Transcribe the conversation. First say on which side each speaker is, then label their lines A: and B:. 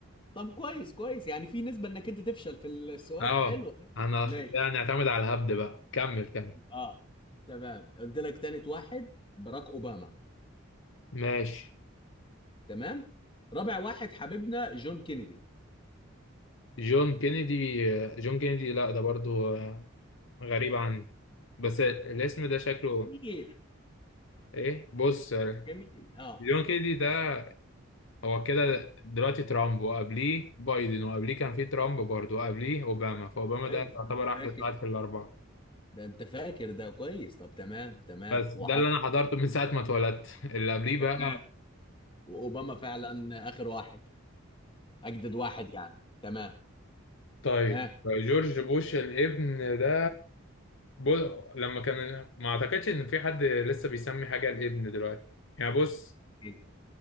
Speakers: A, on the left (about 25°); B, on the left (about 65°).
A: طب كويس كويس يعني في نسبة انك انت تفشل في السؤال
B: اه
A: حلو
B: انا
A: ماشي
B: كده نعتمد على الهبد بقى كمل كمل
A: اه تمام قلت لك تالت واحد باراك اوباما
B: ماشي
A: تمام رابع واحد حبيبنا جون كينيدي
B: جون كينيدي جون كينيدي لا ده برضو آه، غريب عني بس الاسم ده شكله
A: جميل
B: ايه بص آه،
A: جميل اه
B: جون كينيدي ده هو كده دلوقتي ترامب وقبليه بايدن وقبليه كان في ترامب برضو وقبليه اوباما فاوباما
A: كويس
B: ده يعتبر
A: انت
B: احدث
A: فاكر
B: واحد في الاربعه
A: ده انت فاكر ده كويس طب تمام تمام
B: بس ده
A: وحط
B: اللي انا حضرته من ساعه ما اتولدت اللي قبليه بقى
A: تمام واوباما فعلا اخر واحد اجدد واحد يعني تمام
B: طيب
A: ها
B: جورج بوش الابن ده بص لما كان ما اعتقدش ان في حد لسه بيسمي حاجه الابن دلوقتي يعني بص
A: إيه؟